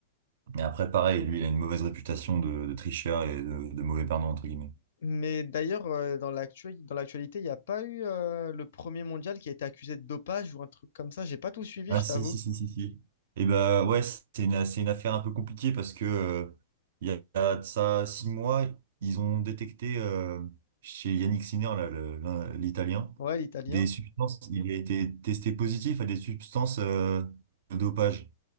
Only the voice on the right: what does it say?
Et après, pareil, lui, il a une mauvaise réputation de, de tricheur et de, de mauvais perdant entre guillemets.
Ah
si,
si, si, si, si. Et ben
ouais, c'est une, c'est une affaire un peu compliquée parce que euh, il y a de ça six mois, ils ont détecté euh, chez Yannick Sinner, là, le- l'un- l'Italien,
des substances, il a été testé positif à des substances euh, de dopage.